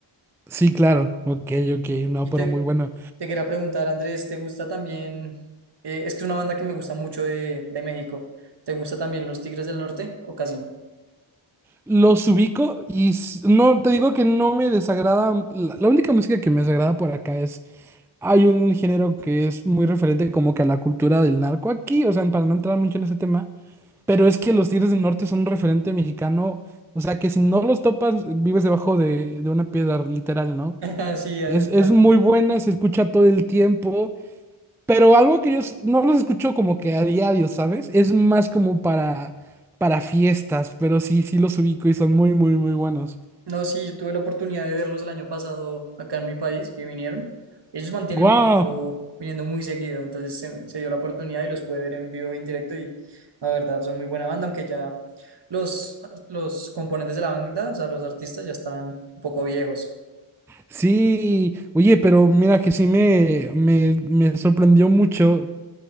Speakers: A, in the centre; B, on the right (about 55°).
A: Sí, claro. Ok, ok. No,
B: Y
A: pero
B: te,
A: muy bueno.
B: te quería preguntar, Andrés, ¿te gusta también? eh, es que es una banda que me gusta mucho de, de México. ¿Te gusta también Los Tigres del Norte o casi no?
A: Los ubico y s- no, te digo que no me desagrada. La, la única música que me desagrada por acá es. Hay un género que es muy referente como que a la cultura del narco aquí. O sea, para no entrar mucho en ese tema. Pero es que los Tigres del Norte son un referente mexicano. O sea, que si no los topas, vives debajo de, de una piedra, literal, ¿no?
B: <laughs> Sí, ah,
A: Es,
B: exacto.
A: es muy buena, se escucha todo el tiempo. Pero algo que yo s- no los escucho como que a diario, ¿sabes? Es más como para, para fiestas, pero sí, sí los ubico y son muy, muy, muy buenos.
B: No, sí, yo tuve la oportunidad de verlos el año pasado acá en mi país, que vinieron. Ellos mantienen
A: ¡Wow!
B: viniendo, viniendo muy seguido, entonces se, se dio la oportunidad y los pude ver en vivo, en directo y la verdad son muy buena banda, aunque ya los, los componentes de la banda, o sea, los artistas ya están un poco viejos.
A: Sí, oye, pero mira que sí me, me, me sorprendió mucho